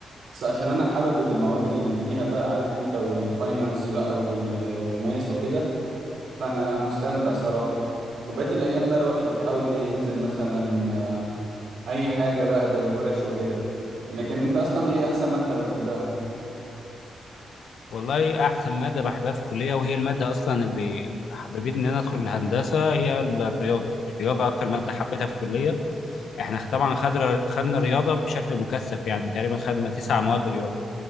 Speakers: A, on the right; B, on the left.
A: بس عشان أنا حابب المواد اللي فيها بقى عارف أنت والفاينانس بقى وال- والماس وكده فانا مستمتع صراحة وبقيت الايام بقى الواحد بيحاول ايه ينزل مثلا آه، اي حاجة بقى زي ورش وكده لكن انت اصلا ايه احسن مادة بتحبها
B: والله احسن ماده بحبها في الكليه وهي الماده اصلا اللي حببتني ان انا ادخل الهندسه هي الرياضه الرياضه اكتر ماده حبيتها في الكليه احنا طبعا خدنا خدنا رياضه بشكل مكثف يعني تقريبا خدنا تسع مواد رياضه